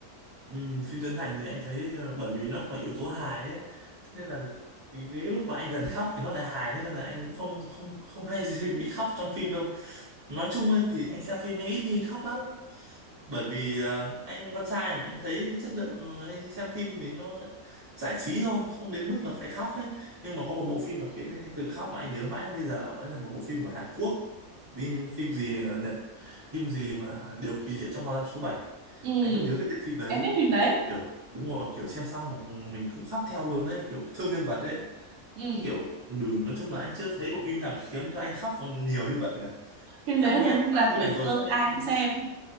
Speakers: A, on the right; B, on the right.
A: Ừ, phim Trấn Thành thì anh thấy ờ, bởi vì nó có yếu tố hài ấy thế nên là cái cái lúc mà anh gần khóc thì nó lại hài thế nên là anh cũng không không không hay gì <laughs> bị khóc trong phim đâu nói chung ấy, thì anh xem phim anh ít khi khóc lắm bởi vì ờ, anh con trai mà anh thấy chất lượng ờ, anh xem phim thì nó giải trí thôi không đến mức là phải khóc ấy nhưng mà có một bộ phim mà khiến anh từng khóc mà anh nhớ mãi đến bây giờ đấy là một bộ phim của Hàn Quốc phim phim gì ờ, Nhật phim gì mà Điều kỳ diệu trong phòng giam số bảy.
B: Ừ,
A: anh vẫn nhớ cái tên phim đấy
B: em biết phim đấy.
A: kiểu đúng rồi kiểu xem xong mà mình cũng khóc theo luôn đấy kiểu thương nhân vật đấy
B: Ừ,
A: kiểu ừ, nói chung là anh chưa thấy bộ phim nào khiến cho anh khóc còn nhiều như vậy cả
B: phim
A: em
B: đấy
A: nghe
B: hầu như là
A: qua phim
B: tuổi
A: này rồi
B: thơ
A: chắc em
B: ai cũng xem.